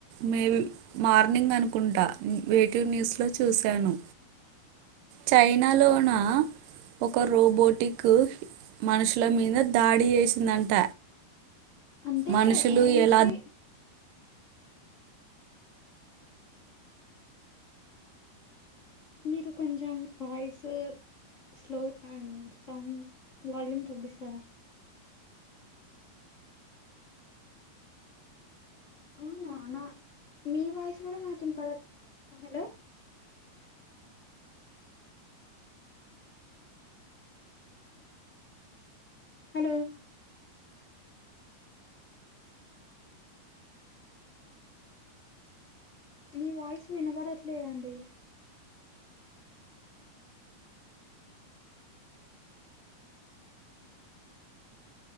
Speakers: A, on the right; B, on the left.
A: మేబి మార్నింగ్ అనుకుంటా వెేటూ న్యూస్ లో చూశాను చైనాలోనా ఒక రోబోటిక్ మనుషుల మీద దాడి చేసిందంట
B: అంటే
A: మనుషులు
B: మోస్ట్లీ
A: ఎలా
B: మీరు కొంచెం voice slow and sound volume తగ్గిస్తారా అవునా నా మీ వాయిస్ గూడా నాకు వినపడ హలో హలో మీ వాయిస్ వినబడట్లేదండి